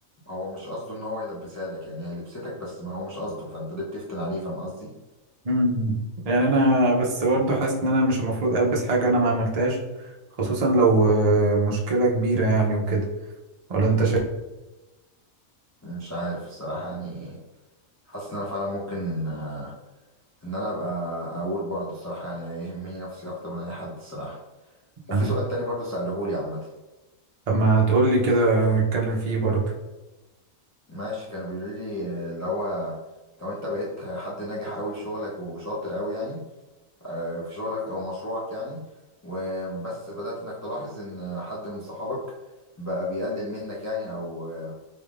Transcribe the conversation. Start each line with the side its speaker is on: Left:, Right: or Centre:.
Left: هو مش قصده ان هو يلبسها لك يعني هي لبستك بس ما هو مش قصده فانت ليه بتفتن عليه فاهم قصدي
Right: مم. يعني انا بس برضه حاسس ان انا مش المفروض البس حاجة انا ما عملتهاش خصوصا لو آه، مشكلة كبيرة يعني وكده ولا انت شايف
Left: مش عارف الصراحه يعني حاسس ان انا فعلا ممكن أه ان انا ابقى اقول برضه الصراحه يعني يهمني نفسي اكتر من اي حد الصراحه وفي
Right: انا
Left: سؤال تاني برضه سألهولي عامه
Right: طب ما تقول لي كده ونتكلم فيه برضه
Left: ماشي كانوا بيقولوا لي آه، اللي هو لو انت بقيت حد ناجح قوي في شغلك وشاطر قوي يعني آه، في شغلك او مشروعك يعني وبس بدأت انك تلاحظ ان حد من صحابك بقى بيقلل منك يعني او آه،